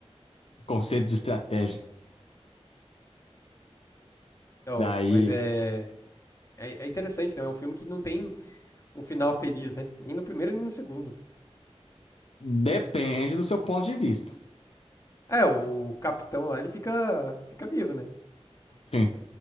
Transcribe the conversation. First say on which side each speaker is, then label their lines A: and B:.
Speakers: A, on the left; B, on the left.
A: Conceito de estratégia.
B: Então,
A: Daí,
B: mas é... é. é interessante, né? É um filme que não tem um final feliz, né? Nem no primeiro, nem no segundo.
A: depende do seu ponto de vista.
B: É, o capitão lá, ele fica, fica vivo, né?
A: Enfim,